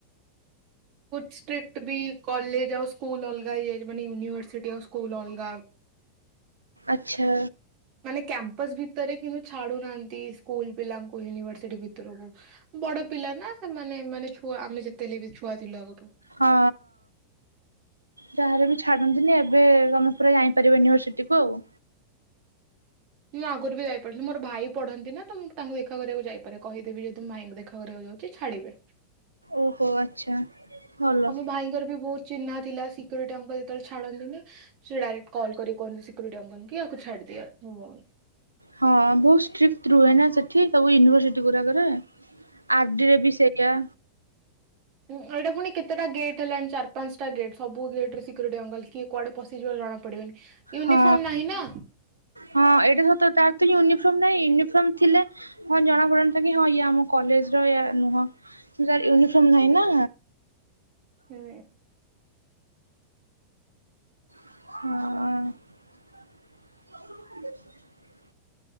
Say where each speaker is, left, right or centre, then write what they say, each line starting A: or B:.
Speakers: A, on the right; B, on the right.
A: ଷ୍ଟ୍ରିକ୍ଟ୍ ବି କଲେଜ ଆଉ ସ୍କୁଲ୍ ଅଲଗା ହେଇଯାଇଛି ମାନେ ୟୁନିଭର୍ସିଟି ଆ ସ୍କୁଲ ଅଲଗା
B: ଆଚ୍ଛା
A: ମାନେ କ୍ୟାମ୍ପସ ଭିତରେ, କିନ୍ତୁ ଛାଡୁନାହାନ୍ତି ସ୍କୁଲ ପିଲାଙ୍କୁ ୟୁନିଭରସିଟି ଭିତରକୁ ବଡ ପିଲା ନା ସେମାନେ ମାନେ ଛୁଆ ଆମେ ଯେତେଲେ ବି ଛୁଆ ଥିଲୁ ଆଗରୁ
B: ହଁ ଯାହାହେଲେ ବି ଏବେ ତମେ ପୁରା ଯାଇପାର ୟୁନିଭର୍ସିଟି କୁ ଆଉ
A: ମୁଁ ଆଗରୁ ବି ଯାଇ ପାରୁଥିଲି ମୋର ଭାଇ ପଢନ୍ତି ନା ତ ମୁଁ ତାଙ୍କୁ ଦେଖା କରିବାକୁ ଯାଇପାରେ, କହିଦେବି ଯଦି ତ ମୁ ଭାଇଙ୍କୁ ଦେଖା କରିବାକୁ ଛାଡିବେ
B: ଓହୋ ଆଚ୍ଛା ଭଲ
A: ଆମ ଭାଇଙ୍କର ବି ବହୁତ ଚିହ୍ନା ଥିଲା ସିକ୍ୟୁରିଟି ଅଙ୍କର ଯେତେବେଳେ ଛାଡନ୍ତିନି ସେ ଡାଇରେକ୍ଟ କଲ୍ କରିିକି କୁହନ୍ତି ସିକ୍ୟୁରିଟି ଅଙ୍କଲ କି ଆକୁଛାଡିଦିଆ ମୁଁ ଭଉନି
B: ହଁ ବହୁତ୍ ଷ୍ଟ୍ରିକଟ୍ ରୁହେ ନା ସେଠି ସବୁ ୟୁନିଭରସିଟି ଗୁଡାକରେ ଆର୍ଡିରେ ବି ସେଇା
A: ହୁଁ ଏଇଟା ପୁଣି କେତେଟା ଗେଟ୍ ହେଲାଣି ଚାର୍ ପାଞ୍ଚଟା ଗେଟ୍ ସବୁ ଗେଟ ରେ ସ୍ୟୁକୁରିଟି ଅକ଼଼ଂଲ କିଏ କୁଆଡେ ପଶିଯିବ ଜଣା ପଡିବନି ୟୁନିଫର୍ମ
B: ହଁ
A: ନାହିଁ ନା
B: ହଁ ଏଇଟା ସତ ତ ତ ୟୁନିଫର୍ମ ନହିଁ ୟୁନିଫର୍ମ ଥିଲେ ହଁ ଜଣା ପଡନ୍ତା କି ହଁ ୟା ଆମ କଲେଜ ର ନୁହଁ ତାର ୟୁନିଫର୍ମ ନହିଁ ନା
A: ହୁଁ
B: ହଁ <inaudible>